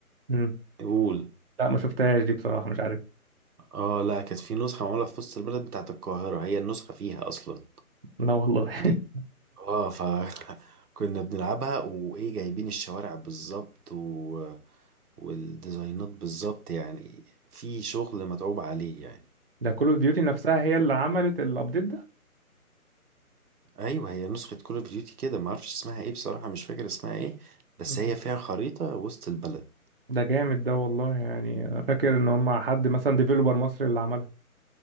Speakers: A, on the right; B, on the right.
A: مم.
B: قول
A: لا ما شفتهاش دي بصراحه مش عارف
B: اه لا كانت في نسخة معمولة في وسط البلد بتاعت القاهرة هي النسخة فيها أصلا
A: لا والله
B: دي
A: <laughs>
B: اه ف <laughs> كنا بنلعبها وإيه جايبين الشوارع بالظبط و... والديزاينات بالظبط يعني في شغل متعوب عليه يعني
A: ده كول اوف ديوتي نفسها هي اللي عملت الابديت
B: أيوة هي نسخة كول أوف ديوتي كده معرفش اسمها إيه بصراحة مش فاكر اسمها إيه بس
A: ده
B: هي فيها خريطة وسط البلد
A: ده جامد ده والله يعني انا فاكر ان هم حد مثلا ديفيلوبر مصري اللي عملها